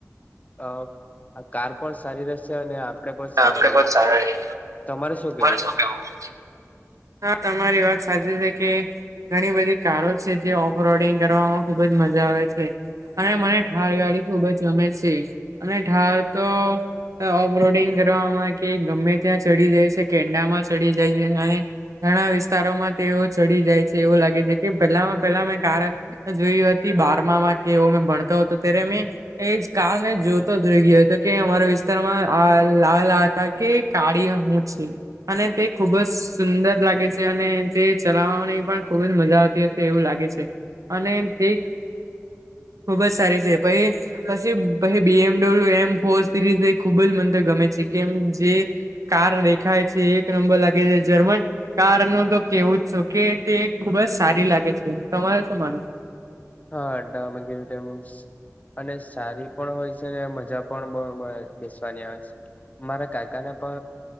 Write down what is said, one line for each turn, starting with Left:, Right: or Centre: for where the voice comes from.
Left: આ કાર પણ સારી રહેશે અને પણ
Right: <unintelligible>
Left: સારા
Right: તમારે
Left: રહીએ. તમારે કેવું
Right: શું કેવા હા તમારી વાત સાચી છે કે ઘણી બધી કારો છે જે ઓફ રોડિંગ કરવામાં ખુબ જ મજા આવે છે. અને મને ઠાર ગાડી ખૂબ જ રમે છે અને ઠાર તો ઓફરોડિંગ કરવામાં કે ગમે ત્યાં ચડી જાય છે કેન્ડામાં ચડી જાય છે અને ઘણા વિસ્તારોમાં તેઓ ચડી જાય છે એવું લાગે છે કે પેલામાં પેલા મેં કાર જોય હતી બારમા માં કે એવો મેં ભણતો હતો ત્યારે મેં એજ કારણણે જોતો જઈ ગયો તો કે અમારા વિસ્તારમાં લ લ ત કે કાઢી મુછ અને તે ખુબ જ સુંદર લાગે છે અને તે ચલાવવાની પણ ખુબ જ મજા આવતી હતી. એવું લાગે છે અને તે ખુબ જ સારી છે પછ પીછી બી એમડબલ્યુ એમ ફોર સિરીઝ એ ખુબ જ મન તો ગમે છે કેમ જે કાર દેખાય છે એક નંબર લાગે છે જર્મન કાર ન તો કેવું જ છ કે તે ખુબ જ સારી લાગે છે તમારે શું માનું?
Left: હા અડા મગમસ અને સારી પણ હોય છે ને મજા પણ બેસવાની આવે છે. મારા કાકાના પર